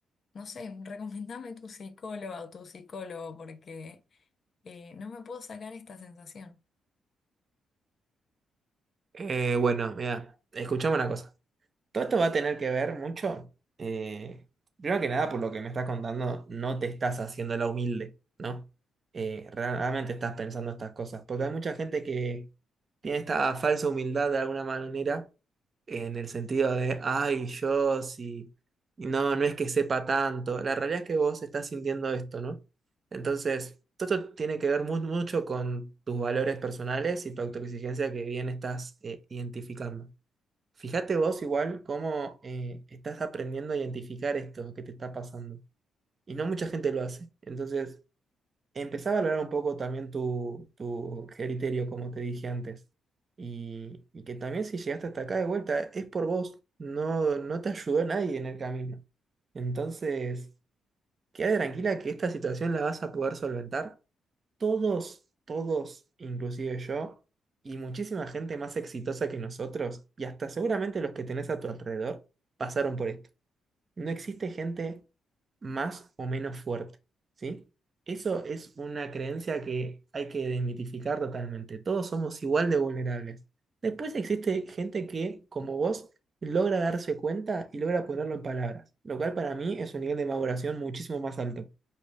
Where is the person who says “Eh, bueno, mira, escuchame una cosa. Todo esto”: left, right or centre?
Right